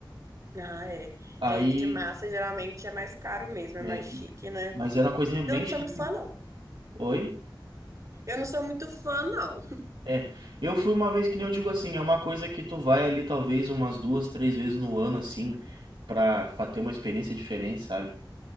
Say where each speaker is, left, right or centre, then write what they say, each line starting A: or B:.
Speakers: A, on the right (about 40°); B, on the right (about 75°).
A: Ah, é.
B: Aí,
A: É, de massa geralmente é mais caro mesmo, é
B: é,
A: mais chique,
B: e-
A: né?
B: mas era uma coisinha bem
A: Eu não
B: chique.
A: sou muito fã, não.
B: Oi?
A: Eu não sou muito fã, não.
B: É, eu fui uma vez que nem eu digo assim, é uma coisa que tu vai ali talvez umas duas, três vezes no ano, assim, pra fa- ter uma experiência diferente, sabe?